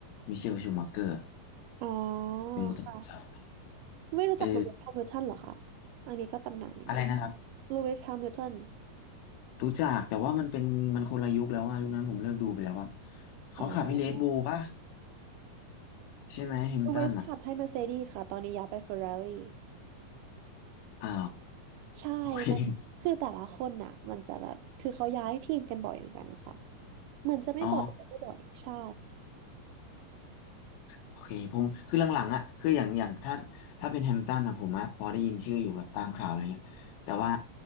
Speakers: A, on the left; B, on the right.
A: มิเชลชูมัเกอร์
B: อ๋อ
A: ไม่รู้จักไหม
B: ค่ะไม่รู้จักโรเบิร์ตแฮมิลตันเหรอคะ
A: เออ
B: อันนี้ก็ตำนานเหมือนกัน
A: อะไรนะครับ
B: ลูอิสแฮมิลตัน
A: รู้จักแต่ว่ามันเป็นมันคนละยุคแล้วว่ายุคนั้นผมเลิกดูไปแล้วว่ะเขาขับให้เรดบูลป่ะ
B: อ๋อ
A: ใช่ไหมแฮมิลตันอะ
B: ลูอิสขับให้เมอร์เซเดสค่ะ ตอนนี้ย้ายไปเฟอร์รารี่
A: อ๋อ
B: ใช่
A: โอเค
B: มันคือแต่ละคนน่ะมันจะแบบ คือเขาย้ายทีมกันบ่อยเหมือนกันนะคะ เหมือนจะไม่บ่อยแต่ก็บ่อย
A: อ๋อ
B: ใช่
A: โอเคผมคือหลังๆอ่ะคืออย่างอย่างถ้าถ้าเป็นแฮมป์ตันอะผมอะพอได้ยินชื่ออยู่แบบตามข่าวอะไรเงี้ยแต่ว่า